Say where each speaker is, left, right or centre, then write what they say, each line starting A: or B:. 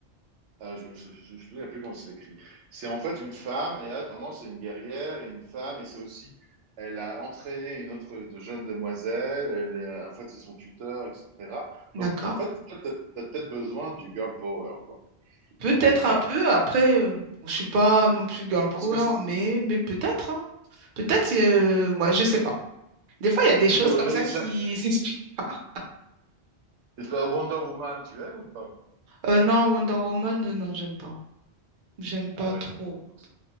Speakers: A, on the right; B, on the right.
A: Ah, je me sou- je me souviens plus comment c'est écrit. C'est en fait une femme, et là, vraiment, c'est une guerrière et une femme, et c'est aussi, elle a entraîné une autre de jeune demoiselle, elle est- en fait, c'est son tuteur, etc.
B: d'accord.
A: Donc, en fait, toi, t'as, t'as peut-être besoin du girl power, quoi.
B: Peut-être
A: Je sais pas.
B: un peu, après, euh, bon, je suis pas non plus girl
A: Parce
B: power,
A: que, c'est-
B: mais, mais peut-être, hein. Peut-être, euh, ouais, je sais pas. Des fois, il y a des
A: parce
B: choses
A: que ouais,
B: comme
A: là,
B: ça
A: il-
B: qui
A: ça-
B: <laughs> s'expliquent pas.
A: la Wonder Woman, tu aimes ou pas?
B: Euh, non, Wonder Woman, euh, non, j'aime pas. J'aime pas
A: Ah ouais,
B: trop.
A: donc, donc, c'est-